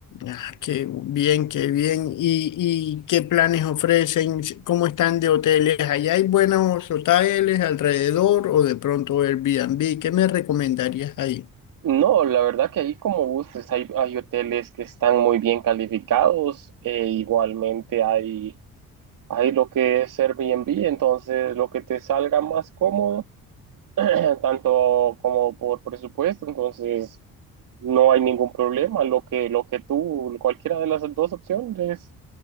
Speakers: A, on the left (about 65°); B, on the right (about 75°).
A: Ah, qué bien, qué bien. ¿Y, y qué planes ofrecen? ¿Cómo están de hoteles? ¿Allá hay buenos hoteles alrededor o de pronto Airbnb? ¿Qué me recomendarías ahí?
B: No, la verdad que ahí como gustes, hay, hay hoteles que están muy bien calificados, e igualmente hay, hay lo que es Airbnb, entonces lo que te salga más cómodo <clears throat> tanto como por presupuesto, entonces no hay ningún problema. Lo que, lo que tú, cualquiera de las dos opciones,